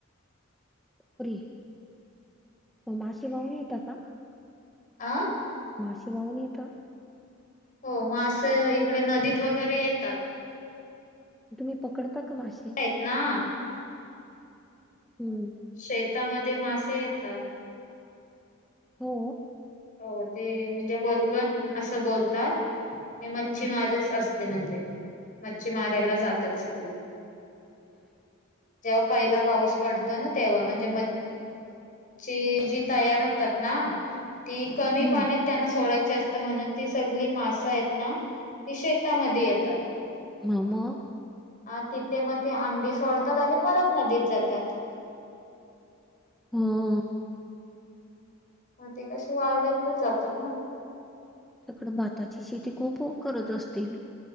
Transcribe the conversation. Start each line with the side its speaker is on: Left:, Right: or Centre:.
Centre: परे! म मासे वाहून येता का?
Left: आ
Centre: माशे वाहून येता?
Left: हो, मास इकडे नदीत वगैरे येतात.
Centre: तुम्ही पकडता का माशे?
Left: हेत ना
Centre: हम्म
Left: शेतामध्ये मासे येतात.
Centre: हो
Left: हो ते म्हणजे वल्गन असं बोलतात ते मच्छीमारिच
Centre: हम्म
Left: अस ते म्हणजे मच्छी मारायला जात तात सगले, जेव्हा पहिला पाऊस पडतो ना तेव्हा म्हणजे म च्छी जी तयार होतात ना, ती कमी
Centre: हम्म
Left: पाण्यात त्यांना सोडायची असते म्हणून ती सगळी मासं आहेत ना ती शेतामध्ये येतात.
Centre: मम
Left: अ तिथे मग ते अंडी सोडतात आणि परत नदीत जातात.
Centre: ह्म्म्म
Left: मग ते कशी वाढाईतच जातात ना.
Centre: तिकड भाताची शेती खूप.. प करत असतील.